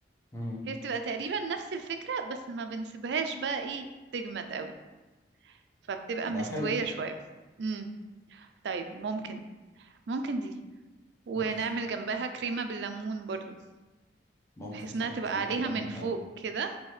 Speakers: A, on the left; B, on the right.
A: مم.
B: هي بتبقى تقريبا نفس الفكرة بس ما بنسيبهاش بقى ايه تجمد قوي فبتبقى مستوية
A: ده حلو
B: شوية امم طيب ممكن ممكن دي ونعمل
A: عادي
B: جنبها كريمة بالليمون برضو
A: ممكن
B: بحيث
A: صح
B: انها تبقى
A: كريمة
B: عليها
A: اللبن
B: من فوق
A: حلو
B: كده